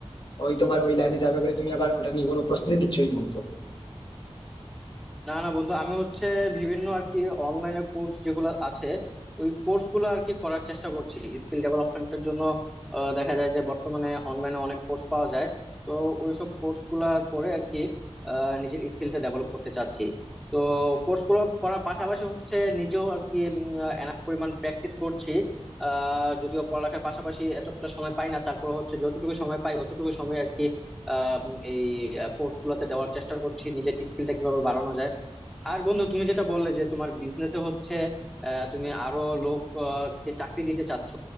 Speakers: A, on the left; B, in the centre.
A: ওই তোমার ওই লাইনে যাবে বলে তুমি আবার ওটা নিয়ে কোনো প্রস্তুতি নিচ্ছ এই মুহূর্তে
B: না না বন্ধু আমি হচ্ছে বিভিন্ন আর কি অনলাইনে কোর্স যেগুলো আছে ওই কোর্স গুলো আর কি করার চেষ্টা করছি স্কিল ডেভেলপমেন্টের জন্য আহ, দেখা যায় যে বর্তমানে অনলাইনে অনেক কোর্স পাওয়া যায় তো ওইসব কোর্স গুলা করে আর কি আহ, নিজের স্কিলটা ডেভেলপ করতে চাচ্ছি তো কোর্স গুলো করার পাশাপাশি হচ্ছে নিজেও আর কি এনাফ পরিমাণ প্র্যাকটিস করছি আহ যদিও পড়ালেখার পাশাপাশি এতটা সময় পাই না তারপর হচ্ছে যতটুকু সময় পাই অতটুকু সময় আর কি আহ, উম, এই কোর্স গুলাতে দেওয়ার চেষ্টা করছি নিজের স্কিলটা কিভাবে বাড়ানো যায় আর বন্ধু তুমি যেটা বললে যে তোমার বিজনেসে হচ্ছে আহ, তুমি আরো লোক আহ, কে চাকরি দিতে চাচ্ছ